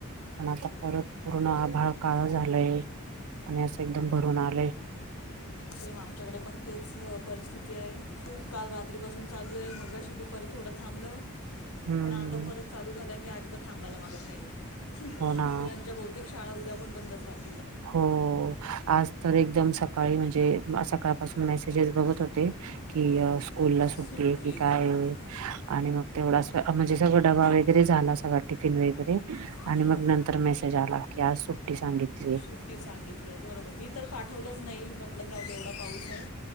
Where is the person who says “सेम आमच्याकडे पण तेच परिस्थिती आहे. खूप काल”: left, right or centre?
Left